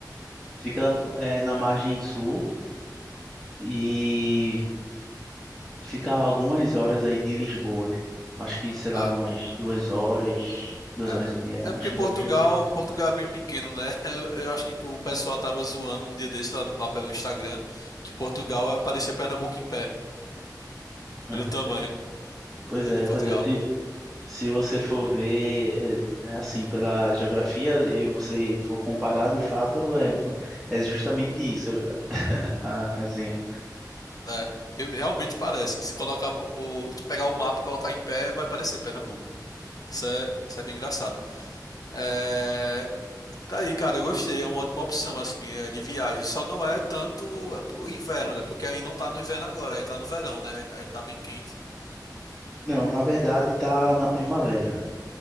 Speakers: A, in the centre; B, on the left.
A: Fica é, na margem sul e fica a algumas horas aí de Lisboa. Acho que, sei
B: Ah,
A: lá, umas duas horas, duas
B: É,
A: horas e meia,
B: é porque
A: acho que
B: Portugal,
A: dá pra chegar.
B: Portugal é bem pequeno, né? <laughs> Eu, eu acho que o pessoal tava zoando um dia desse lá, lá pelo Instagram que Portugal é parecer Pernambuco em pé, pelo
A: É.
B: tamanho eh,
A: Pois é,
B: de Portugal.
A: pois é. Se, se você for ver, é, é assim, pela geografia e você for comparar, de fato, é, é justamente isso <laughs> a resenha.
B: É, porque realmente parece. Se colocar po- o, se pegar o mapa, e colocar em pé, vai parecer Pernambuco. Isso é, isso é bem engraçado. É, tá aí, cara, eu gostei. É uma ótima opção assim eh, de viagem. Só não é tanto eh, pro inverno, né? Porque aí não tá no inverno agora, aí tá no verão, né? Aí, aí tá bem quente.
A: Não, na verdade tá na primavera.